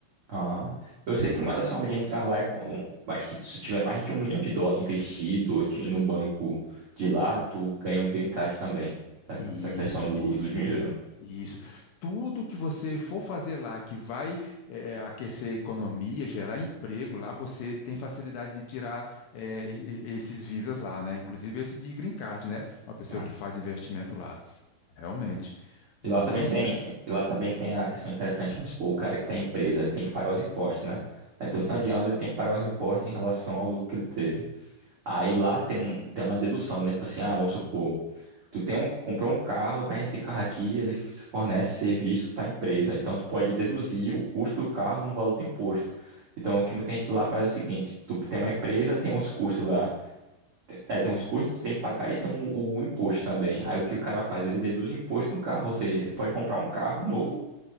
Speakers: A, on the right; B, on the left.
A: Ah, eu sei que uma das formas de entrar lá é com. Acho que se tu tiver mais de um milhão de dólares investido ou ti- no banco de lá, tu ganha o green card também. tá?
B: Isso,
A: Essa questão do,
B: isso.
A: do dinheiro, né?
B: Isso. Tudo que você for fazer lá que vai eh, aquecer a economia, gerar emprego lá, você tem facilidade de tirar eh, e- e- esses visas lá, né? Inclusive esse de green card, né? Uma pessoa
A: Ah.
B: que faz investimento lá. Realmente.
A: E
B: Muito
A: lá também tem,
B: interessante.
A: e lá também tem a questão interessante, vamos supor, o cara que tem a empresa, ele tem que pagar os impostos, né? Aí todo
B: Isso.
A: final de ano ele tem que pagar os impostos em relação ao lucro que ele teve. Aí lá tem, um, tem uma dedução, né? Tipo assim, ah, vamos supor, tu tem um, comprou um carro, mas esse carro aqui ele f- fornece serviço para a empresa. Então tu pode deduzir o custo do carro no valor do imposto. Então o que muita gente lá faz é o seguinte, tu tem uma empresa, tem os custos lá tem- É, tem uns custos, tem que pagar e tem o, o imposto também. Aí o que o cara faz? Ele deduz imposto no carro, ou seja, ele pode comprar um carro novo,